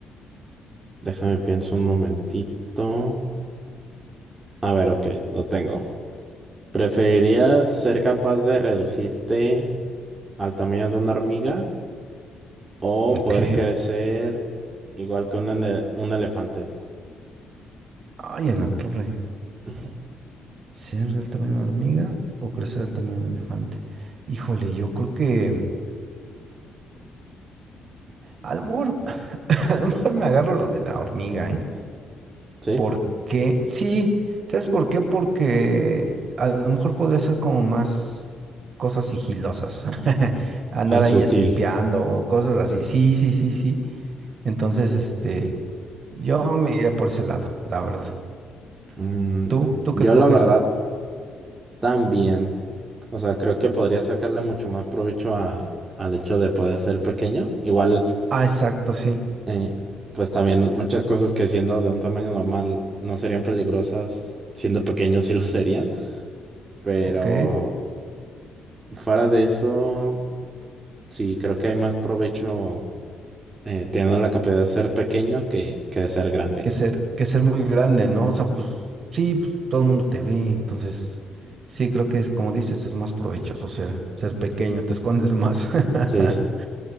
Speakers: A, on the right (about 30°); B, on the right (about 50°).
A: déjame pienso un momentito. A ver, ok, lo tengo. ¿Preferirías ser capaz de reducirte al tamaño de una hormiga o
B: Ok.
A: poder crecer igual que un, ele- un elefante?
B: Ay, en la torre.
A: <laughs>
B: ¿Ser del tamaño de una hormiga o crecer del tamaño de un elefante? Híjole, yo creo que a lo mejor, <laughs> a lo mejor me agarro lo de la hormiga, ¿eh?
A: Sí,
B: Porque, sí, ¿sabes por qué? Porque a lo mejor podría ser como más cosas sigilosas, <laughs> andar
A: más
B: ahí
A: útil.
B: espiando o cosas así. Sí, sí, sí, sí. Entonces, este, yo me iría por ese lado, la verdad.
A: Mm,
B: ¿Tú? ¿Tú
A: yo
B: qué escoges?
A: la verdad También, o sea, creo que podría sacarle mucho más provecho a, al hecho de poder ser pequeño. Igual,
B: Ah, exacto, sí.
A: eh, pues también muchas cosas que siendo de un tamaño normal no serían peligrosas, siendo pequeños sí lo serían, pero
B: Ok.
A: fuera de eso, sí, creo que hay más provecho eh, teniendo la capacidad de ser pequeño que, que de ser grande.
B: Que ser, que ser muy grande, ¿no? O sea, pues sí, pues todo el mundo te ve, entonces sí creo que es como dices, es más provechoso ser, ser pequeño, te escondes más. <laughs>
A: Sí,